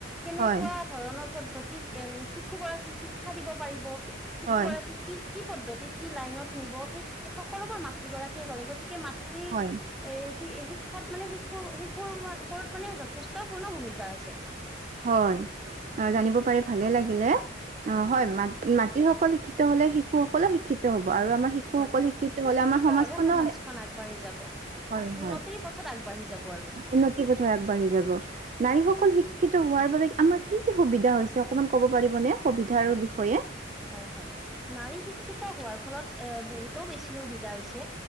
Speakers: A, in the centre; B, on the right (about 40°).
A: কেনেকুৱা
B: হয়,
A: ধৰণৰ পদ্ধতিত এম শিশু গৰাকীক শিক্ষা দিব পাৰিব শিশু
B: হয়,
A: গৰাকী কি কি পদ্ধতি কি লাইনত নিব সেই সকলোবোৰ মাতৃগৰাকীয়ে কৰে গতিকে মাতৃ।
B: হয়।
A: তৃ শিক্ষাত মানে শিশু শিশুৰ ওপৰত মানে যথে ষ্টপূৰ্ণ ভূমিকা আছে
B: হয় অ জানিব পাৰি ভালে লাগিলে অ হয় ম মাতৃ সকল শিক্ষিত হ'লে শিশুসকলো শিক্ষিত হ'ব। আৰু আমাৰ শিশুসকল
A: হয়
B: শিক্ষিত হলে আমাৰ সমাজখনো
A: হলে সমাজখন আগবাঢ়ি যাব।
B: হয়
A: উন্নতিৰ
B: হয়
A: পথত আগবাঢ়ি যাব আৰু
B: উন্নতিৰ পথাৰ আগবাঢ়ি যাব নাৰীসকল শিক শিক্ষিত হোৱাৰ বাবে আমাৰ কি কি সুবিধা হৈছে অকমান ক'ব পাৰিবনে সুবিধাৰ বিষয়ে
A: হয় হয় নাৰী শিক্ষিতা হোৱাৰ ফলত এ বহুতো বেছি সুবিধা হৈছে।